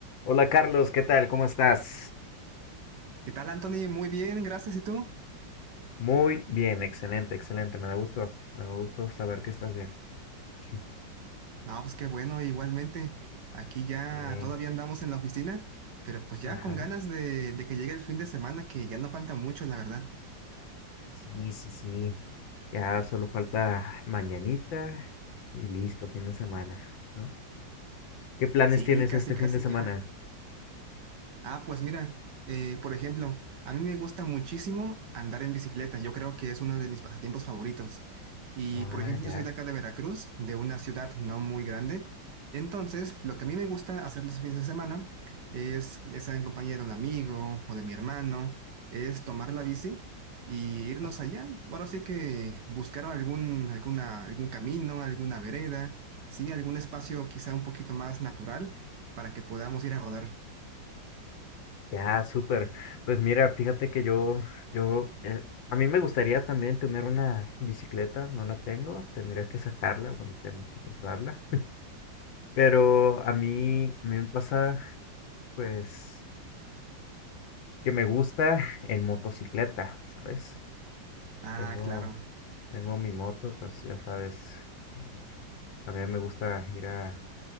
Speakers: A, on the left; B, on the right.
A: Hola Carlos, ¿qué tal? ¿Cómo estás?
B: ¿Qué tal, Anthony? Muy bien, gracias. ¿Y tú?
A: Muy bien, excelente, excelente. Me da gusto, me da gusto saber que estás bien. <laughs>
B: No, pues qué bueno, igualmente. Aquí ya
A: Bien,
B: todavía andamos en la oficina, pero pues ya
A: ajá.
B: con ganas de, de que llegue el fin de semana, que ya no falta mucho, la verdad.
A: Sí, sí, sí. Ya solo falta mañanita y listo, fin de semana, ¿no? ¿Qué planes
B: Sí,
A: tienes
B: casi,
A: este fin
B: casi
A: de semana?
B: ya. Ah, pues mira, eh, por ejemplo, a mí me gusta muchísimo andar en bicicleta. Yo creo que es uno de mis pasatiempos favoritos. Y
A: Ah,
B: por ejemplo,
A: ya,
B: yo soy de acá de Veracruz, de una ciudad no muy grande. Entonces, lo que a mí me gusta hacer los fines de semana es, ya sea en compañía de un amigo o de mi hermano, es tomar la bici y irnos
A: ah,
B: allá. Ahora sí que buscar algún, alguna, algún camino, alguna vereda, sí, algún espacio quizá un poquito más natural para que podamos ir a rodar.
A: ya, súper. Pues mira, fíjate que yo, yo, eh, a mí me gustaría también tener una bicicleta, no la tengo, tendría que sacarla, bueno, tengo que comprarla. Pero a mí, a mí me pasa Pues que me gusta en motocicleta, ¿sabes?
B: Ah,
A: Tengo,
B: claro.
A: tengo mi moto, pues ya sabes, eh, también me gusta ir a,